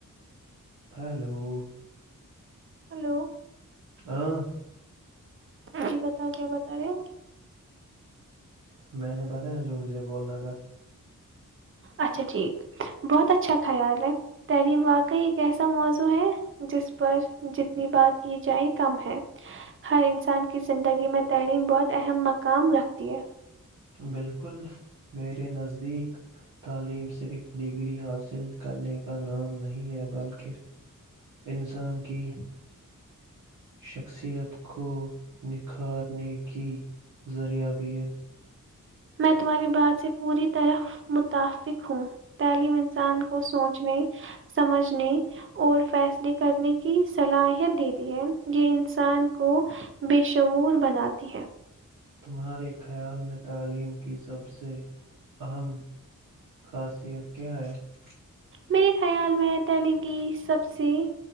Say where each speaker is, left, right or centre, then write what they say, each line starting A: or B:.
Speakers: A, on the right; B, on the right.
A: ہیلو <unintelligible>
B: ہلو <inaudible> <unintelligible>
A: ہاں <unintelligible>
B: جی بتاؤ کیا بتا رہے ہو <unintelligible>
A: میں نے بتایا جو مجھے بولنا تھا <unintelligible>
B: اچھا ٹھیک بہت اچھا خیال ہے تعلیم واقعی ایک ایسا موضوع ہے جس پر جتنی بات کی جائے کم ہے ہر انسان کی زندگی میں تعلیم بہت اہم مقام رکھتی ہے <unintelligible>
A: بالکل میرے نزدیک تعلیم صرف ڈگری حاصل کرنے کا نام نہیں ہے بلکہ انسان کی شخصیت کو نکھارنے کی ذریعہ بھی ہے <unintelligible>
B: میں تمہاری بات سے پوری طرح متفق ہوں تعلیم انسان کو سوچنے سمجھنے اور فیصلے کرنے کی صلاحیت دیتی ہے یہ انسان کو بےشور بناتی ہے <unintelligible>
A: تمہارے خیال میں تعلیم کی سب سے اہم خاصیت کیا ہے <unintelligible>
B: میرے خیال میں تلی کی سب سے